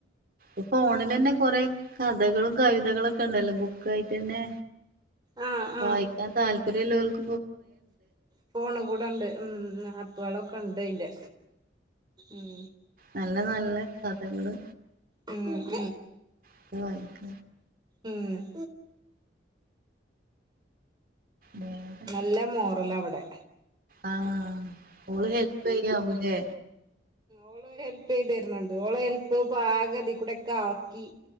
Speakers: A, on the right; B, on the right.
A: ഇ ഫോണിലെന്നെ കൊറേ കഥകളും കവിതകളൊക്കെ ഉണ്ടല്ലോ ബു യിട്ടെന്നെ
B: ആ ആ
A: വായിക്കാൻ താല്പര്യംള്ളോൽക്ക്
B: ഫോണ് കൂടണ്ട് ഉം ആപ്പാളൊക്കെ ഇണ്ട് അയിന്റെ ഉം
A: നല്ല നല്ല കഥകള്
B: ഉം ഉം
A: അത്‌ വായിക്ക
B: ഉം
A: വേറെ
B: നല്ല മോറലാ ഇവിടെ
A: ആഹ ഓള് ഹെൽപ് ചെയ്യാവുലേ
B: ഓൾ ഹെൽപ് ചെയ്ത് തര്ണണ്ട് ഓളെ ഹെൽപ്പ് ഇപ്പൊ ആകെ ഇതിൽകൂടെ ഒക്കെ ആക്കി